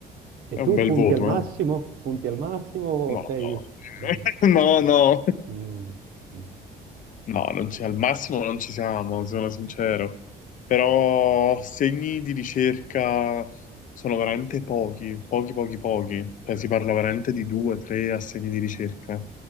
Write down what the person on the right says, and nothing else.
E tu
punti
al massimo?
Punti al massimo o
sei...
mm,
Mh, mh.
Mh.
Mh.
Mh.